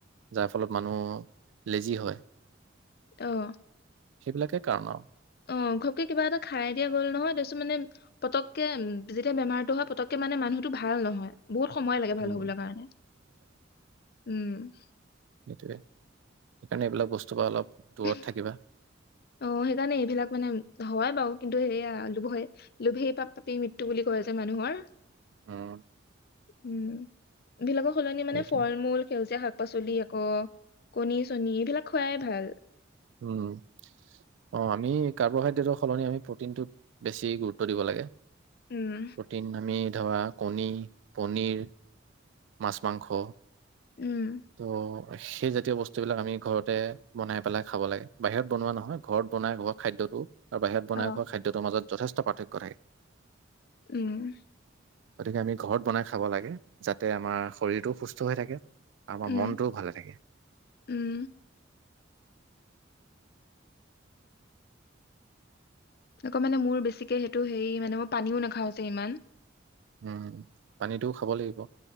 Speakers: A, on the right; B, on the left.
A: যাৰ ফলত মানুহ। লেজি হয়।
B: অ'।
A: সেইবিলাকে কাৰণ আৰু।
B: অ', ঘপকে কিবা এটা খাই দিয়া গ'ল নহয়, তাৰপিছত মানে পতককে উম যেতিয়া বেমাৰটো হয়, পতককে মানে মানুহটো ভাল নহয়। বহুত সময় লাগে ভাল
A: উম
B: হ'বলৈ কাৰণে। উম।
A: সেইটোয়ে সেইকাৰণে এইবিলাক বস্তু পৰা অলপ দূৰত
B: সেইকাৰণে
A: থাকিবা
B: এইবিলাক মানে হয়াই বাৰু। কিন্তু এইয়া লোভে লোভেই পাপ পাপেই মৃত্যু বুলি কয় যে মানুহৰ।
A: অ'।
B: উম। বিলাকৰ সলনি মানে
A: সেইটোৱে
B: ফল-মূল সেউজীয়া শাক। শাক-পাচলি আকৌ কণী-চণী এইবিলাক খোৱাই ভাল।
A: উম', অঁ', আমি কাৰ্বহাইড্ৰেটৰ সলনি আমি প্ৰটিনটোত বেছি গুৰুত্ব দিব লাগে।
B: উম
A: প্ৰটিন আমি। ধৰা কণী, পনীৰ, মাছ, মাংস।
B: উম।
A: ত' সেই জাতীয় বস্তু বিলাক আমি ঘৰতে বনাই পেলাই। খাব লাগে। বাহিৰত বনোৱা নহয় ঘৰত বনাই খোৱা খাদ্যতো। আৰু বাহিৰত বনাই
B: অ
A: খোৱা খাদ্যটোৰ মাজত। যথেষ্ট পাৰ্থক্য থাকে।
B: উম
A: গতিকে আমি ঘৰত বনাই খাব লাগে, যাতে আমাৰ শৰীৰটো সুস্থ। হৈ থাকে। আমাৰ
B: উম
A: মনটোও ভালে থাকে।
B: উম আকৌ মানে মোৰ বেছিকে সেইটো হেৰি মানে মই পানীও নাখাওঁ যে ইমান।
A: উম, পানীটোও খাব লাগিব।